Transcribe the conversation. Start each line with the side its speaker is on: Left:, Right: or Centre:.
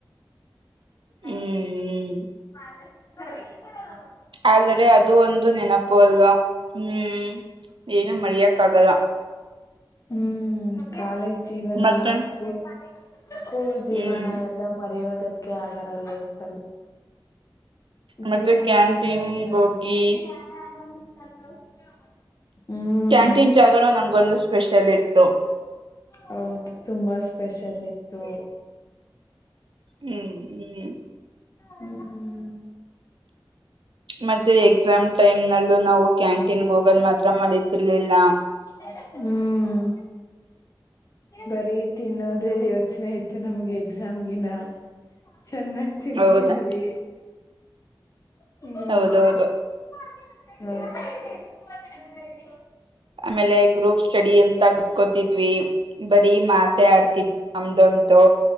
Left: <unintelligible>
Right: ಹ್ಮ್
Left: ಈತರ ನೋಡು.
Right: ಆದರೆ ಅದು ಒಂದು ನೆನಪು ಅಲ್ವಾ ಹ್ಮ್ ಏನು ಮರಿಯಾಕ್ಕ ಆಗಲ್ಲ.
Left: ಹ್ಮ್ ಕಾಲೇಜ್ ಜೀವನ
Right: ಮತ್ತೆ
Left: ಸ್ಕೂಲ್ ಸ್ಕೂಲ್ ಜೀವನ
Right: ಹ್ಮ್
Left: ಎಲ್ಲಾ ಮರೆಯೋದಕ್ಕೆ ಆಗಲ್ಲ ಲೈಫ್ ಅಲ್ಲಿ.
Right: ಮತ್ತೆ
Left: ಜೀವನದಲ್ಲಿ
Right: ಕ್ಯಾಂಟೀನ್ ಹೋಗಿ
Left: <unintelligible> ಹ್ಮ್
Right: ಕ್ಯಾಂಟೀನ್ ಜಾಗಗಳು ನಮಗೆ ಒಂದು ಸ್ಪೇಷಲ್ ಇತ್ತು.
Left: ಹೌದು ತುಂಬಾ ಸ್ಪೇಷಲ್ ಇತ್ತು.
Right: ಹ್ಮ್ ಹ್ಮ್.
Left: ಹ್ಮ್ ಹ್ಮ್
Right: ಮತ್ತೆ ಎಕ್ಸಾಮ್ ಟೈಮ್ ನಲ್ಲೂ ನಾವು ಕ್ಯಾಂಟೀನ್ಗೆ ಹೋಗದ ಮಾತ್ರ ಮರಿತ್ತಿರಲಿಲ್ಲ.
Left: ಹ್ಮ್ ಬರೀ ತಿನ್ನೋದ ಯೋಚನೆ ಐತ್ತಿ ನಮ್ಗ ಎಕ್ಸಾಮ್ ಗಿನ್ನ ಚೆನ್ನಾಗ ತಿಂತಿದ್ವಿ.
Right: ಹೌದಾ
Left: ಹ್ಮ
Right: ಹೌದೌದು
Left: <unintelligible>
Right: ಆಮೇಲೆ ಗ್ರೂಪ್ ಸ್ಟಡಿ ಎಂತ ಕುತ್ಕೋತಿದ್ವಿ ಬರೀ ಮಾತೆ ಆಡ್ತಿತ್ತು ನಮ್ದಂತು.